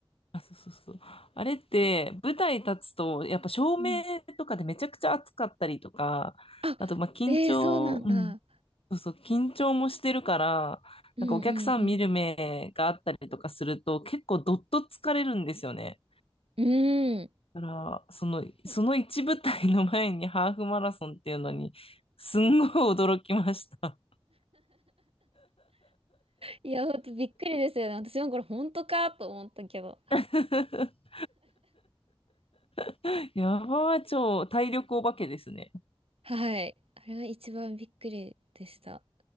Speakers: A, on the left (about 75°); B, on the right (about 80°).
A: あ、そうそうそう。あれって、舞台立つと、やっぱ照明とかでめちゃくちゃ暑かったりとか、
B: うん。あ、
A: あと、まあ、緊張、
B: えー、そうなんだ。
A: うん、そうそう、緊張もしてるから、
B: うんうん
A: なんかお客さん見る目があったりとかすると、結構どっと疲れるんですよね。
B: うん。うん。
A: だから、その、その一舞台の前にハーフマラソンっていうのに、すんごい驚きました。
B: いや、ほんとびっくりですよね。私もこれ本当かと思ったけど。
A: <laughs> <laughs> ヤバー超体力お化けですね。
B: はい。あれが一番びっくりでした。